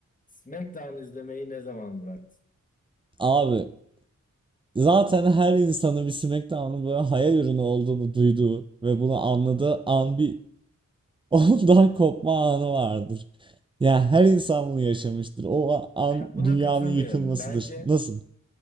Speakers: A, on the left (about 25°); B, on the right (about 15°).
A: SmackDown izlemeyi ne zaman bıraktın?
B: Abi zaten her insanın bir SmackDown'un böyle hayal ürünü olduğunu duyduğu ve bunu anladığı an bir <laughs> ondan kopma anı vardır. Yani her insan bunu yaşamıştır. O a-
A: Ben
B: an
A: buna
B: dünyanın
A: katılmıyorum.
B: yıkılmasıdır.
A: Bence
B: Nasıl?